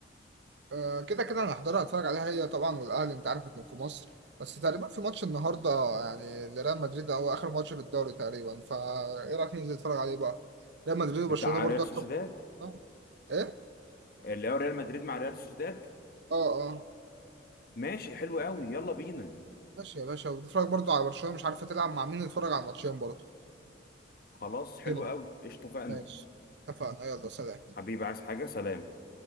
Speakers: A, on the right; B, on the left.
A: آه كده كده انا هحضرها اتفرج عليها هي طبعا والاهلي انت عارف انه في مصر بس تقريبا في ماتش النهارده يعني لريال مدريد او اخر ماتش في الدوري تقريبا فايه رايك ننزل نتفرج عليه بقى ريال مدريد وبرشلونه
B: بتاع
A: برضه
B: ريال
A: اخر
B: سوسيداد
A: آه. ايه
B: اللي هو ريال مدريد مع ريال سوسيداد
A: اه اه
B: ماشي حلو قوي يلا بينا
A: ماشي يا باشا وبتتفرج برضو على برشلونة مش عارفة تلعب مع مين تتفرج على الماتشين برضو
B: خلاص حلو
A: كده
B: قوي اتفقنا
A: ماشي اتفقنا يلا سلام
B: حبيبي عايز حاجه سلام